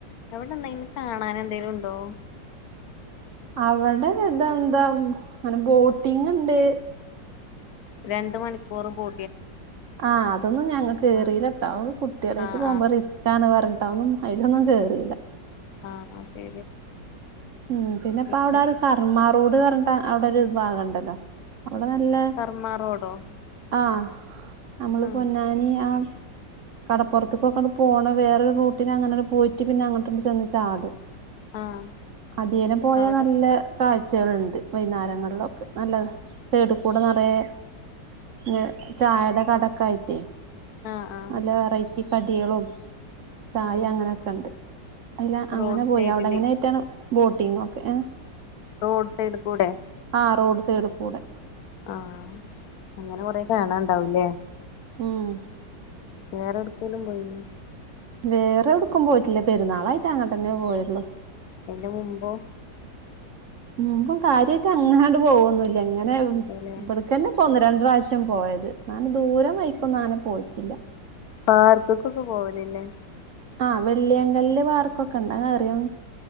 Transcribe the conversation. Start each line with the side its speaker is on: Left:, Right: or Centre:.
Left: അവ്ടെന്തെങ്കിലും കാണാൻ എന്തേലും ഇണ്ടോ
Right: അവിടെത് ഇതെന്താ അങ്ങനെ ബോട്ടിംഗ്ണ്ട്
Left: രണ്ട് മണിക്കൂറും ബോ
Right: ആ അതൊന്നും ഞങ്ങ കേറീല
Left: ആഹ്
Right: ട്ടോ അത് കുട്ടിയളേറ്റ്
Left: ആഹ്
Right: പോവുമ്പോ റിസ്ക്കാണ് പറഞ്ഞിട്ട് അതൊന്നും അയിലൊന്നും കേറീല്ല
Left: ആ ശെ
Right: മം പിന്നപ്പോ
Left: പിന്നെ
Right: അവിടെ ഒരു കർമ്മ റോഡ് പറഞ്ഞിട്ട് അ അവിടെ ഒരു ഭാഗണ്ടല്ലോ അവിടെ നല്ല
Left: കർമ്മ റോഡോ
Right: ആ നമ്മള്
Left: ആഹ്
Right: പൊന്നാനി ആ കടപ്പുറത്ത്ക്കൊക്കെ അങ്ങട്ട് പോണ വേറൊരു റൂട്ടിന് അങ്ങനാട്ട് പോയിട്ട് പിന്നെ അങ്ങോട്ട്ക്ക് ചെന്ന് ചാടും
Left: ആഹ്
Right: അതിലെ പോയ
Left: അവിടെ
Right: നല്ല കാഴ്ചകൾണ്ട് വൈന്നേരങ്ങളിലൊ ക്കെ നല്ലത സൈഡ് കൂടെ നിറയെ ഏ ചായേടെ കടേക്കായിട്ടേ
Left: ആഹ് ആഹ്
Right: നല്ല വെറൈറ്റി കടികളും ചായയും
Left: ആഹ്
Right: അങ്ങനൊക്കെണ്ട് അല്ല അങ്ങനെ
Left: റോഡ്
Right: പോയി
Left: സൈഡില്
Right: അവിടെങ്ങനെ ബോട്ടിംഗ് ഒക്കെയ
Left: റോഡ് സൈഡ് കൂടെ
Right: ആഹ് റോഡ് സൈഡ് കൂടെ
Left: ആ. അങ്ങനെ കൊറെ കാണാണ്ടാവുംല്ലേ
Right: മം
Left: വേറെട്ക്കേലും പോയിനിയോ
Right: വേറെ എവ്ടുക്കും പോയിട്ടില്ല. പെരുന്നാളായിട്ട് അങ്ങട്ടന്നെ പോയുള്ളു
Left: ഇതിന്റെ മുമ്പോ
Right: മുമ്പും കര്യായിട്ട് അങ്ങനാട്ട് പോവൊന്നുല്ല ഇങ്ങനെ
Left: പോലെ
Right: ഇവിടക്കന്നെപ്പോ ഒന്ന് ര ണ്ട് പ്രാവശ്യം പോയത് ഇന്നാലും ദൂര വൈക്കൊന്നും അങ്ങനെ പോയിട്ടില്ല
Left: പാർക്ക്ക്കൊക്കെ പോവലില്ലേ
Right: ആ വെള്ളിയങ്കല്ല് പാർക്കൊക്കെ ഇണ്ട് അതറിയോ